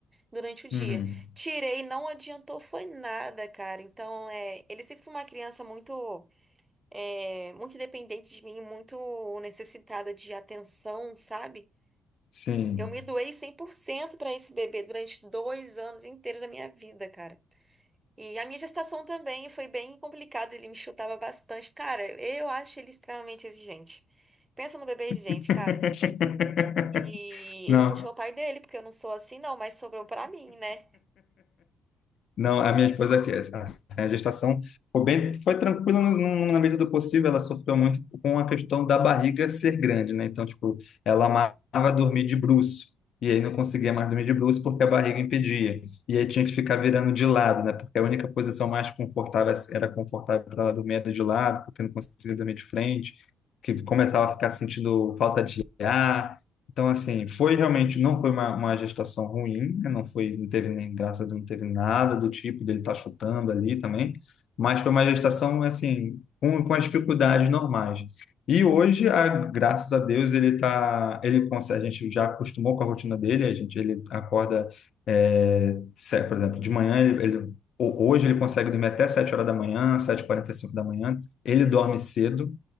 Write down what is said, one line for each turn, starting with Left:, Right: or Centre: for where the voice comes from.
Right: durante o dia.
Left: uhum.
Right: Tirei, não adiantou, foi nada, cara. Então, é, ele sempre foi uma criança muito, é, muito dependente de mim, muito necessitada de atenção, sabe?
Left: Sim.
Right: Eu me doei 100% pra esse bebê durante dois anos inteiros da minha vida, cara. E a minha gestação também foi bem complicada, ele me chutava bastante. Cara, eu acho ele extremamente exigente. Pensa no bebê exigente,
Left: <laughs>
Right: cara. E
Left: Não,
Right: ele puxou o pai dele, porque eu não sou assim, não, mas sobrou pra mim, né?
Left: não, a minha esposa, que- assim, a gestação foi bem, foi tranquila no- no- na medida do possível, ela sofreu muito com a questão da barriga ser grande, né? Então, tipo, ela amava dormir de bruço, e aí não conseguia mais dormir de bruço porque a barriga impedia, e aí tinha que ficar virando de lado, né? Porque a única posição mais confortável era confortável para ela dormir era de lado, porque não conseguia dormir de frente, que começava a ficar sentindo falta de ar, Então, assim, foi realmente, não foi uma, uma gestação ruim, né? não foi, não teve nem, graças não teve nada do tipo dele estar chutando ali também, mas foi uma gestação, assim, com, com as dificuldades normais. E hoje, a, graças a Deus, ele tá, ele consegue, a gente já acostumou com a rotina dele, a gente, ele acorda, é, se- por exemplo, de manhã, ele, ele- ho- hoje ele consegue dormir até 7 horas da manhã, sete e quarenta e cinco da manhã, ele dorme cedo,